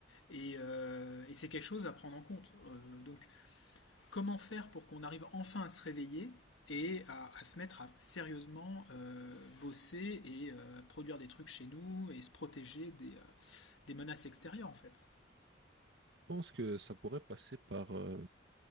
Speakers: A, on the left; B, on the right.
A: Et, euh, et c'est quelque chose à prendre en compte. Euh, donc, comment faire pour qu'on arrive enfin à se réveiller et à, à se mettre à sérieusement euh, bosser et euh, produire des trucs chez nous et se protéger des, euh, des menaces extérieures, en fait
B: Je pense que ça pourrait passer par euh,